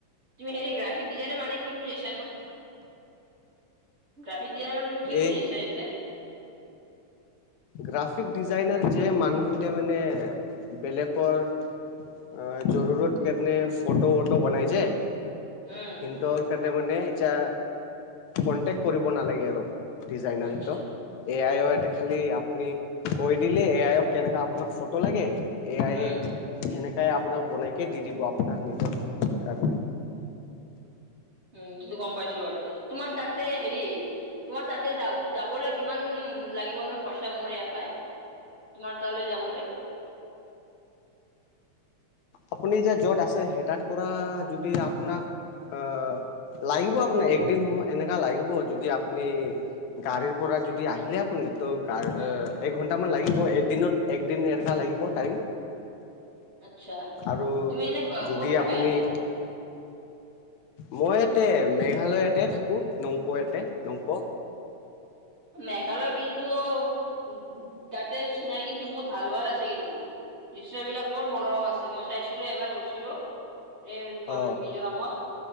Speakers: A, on the right; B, on the left.
A: তুমি হেৰি গ্ৰাফিক ডিজাইনে মানে কি বুজিছানো? গ্ৰাফিক গ্ৰাফিক ডিজাইনাৰ মানে তুমি কি বুজাইছা
B: এ
A: ইয়াতে?
B: গ্ৰাফিক ডিজাইনাৰ যে মানুহতে মানে, বেলেগৰ অ' জৰুৰত কেনে ফ'টো -টটো বনাই যে
A: উম
B: সেইটোৰ কাৰণে মানে ইতিয়া, কনটেক্ট কৰিব নালাগে আৰু! ডিজাইনাৰ
A: আচ্ছা
B: সেইটো, এআই ৰ এটা খালি আপুনি কৈ দিলে, এআইক কেনেকা আপোনাক ফটো লাগে! এআইয়ে
A: উম
B: সেনে কাই আপোনাক বনাইযে দি দিব, আপোনাৰ নিজৰ কাৰণে।
A: উম তো গম পাইছো বাৰু। তোমাৰ তাতে হেৰি, তোমাৰ তাতে যাবলৈ কিমান লাগিবনো পইচা, মোৰ ইয়াৰ পৰাই, তোমাৰ তালৈ যাবলৈ?
B: আপুনি যে য'ত আছে সেই তাৰ পৰা যদি আপোনাক আ লাগিব আপোনাৰ, একদিন সময় এনেকা লাগিব যদি আপুনি গাড়ীৰ পৰা যদি আহিলে আপুনি ত গা
A: উম
B: একঘন্টামান লাগিব একদিনত। একদিন এক ঘণ্টা লাগিব টাইম।
A: আচ্ছা।
B: আৰু
A: তুমি এনে
B: যদি
A: ক'ত থাকা
B: আপুনি
A: এতিয়া?
B: মই ইয়াতে মেঘালয়তে থাকো। নংপৌ ইয়াতে নংপৌ।
A: মেঘালয় কিন্তু, উ তাতে চিনাকি কিন্তু বহুত ভাল ভাল আছে কিন্তু। দৃশ্য এইবিলাক বৰ মনোৰম আছে। মই চাইছিলো এবাৰ গৈছিলো। এই
B: অ
A: মিজোৰামত